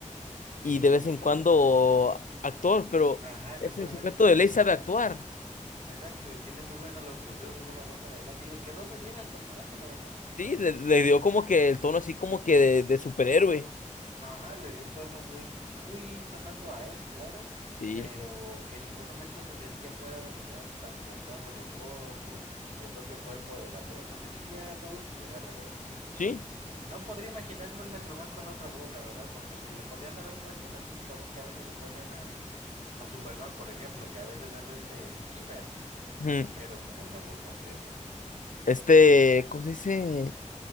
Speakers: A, on the right; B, on the left.
A: y...
B: y de vez en cuando actor, pero
A: Ajá, exactamente.
B: ese sujeto de ley sabe actuar,
A: Exacto, y tiene muy buena locución, muy buena forma de hablar, y le quedó muy bien al personaje, la verdad.
B: sí, le, le dio como que el tono así como que de, de superhéroe,
A: Ajá, le dio un tono muy, muy sonando a él, claro,
B: sí,
A: pero que en ningún momento se sentía fuera de lugar, tanto el tono de voz o el propio cuerpo de la voz, se sentía todo en su lugar, la verdad, que
B: sí.
A: no podría imaginarme un Metroman con otra voz, la verdad, porque si le podrían haber puesto la típica voz que a veces le ponen a, a Superman, por ejemplo, que a veces es este Skipper,
B: Ujú.
A: pero como una voz más seria.
B: Este, ¿cómo se dice?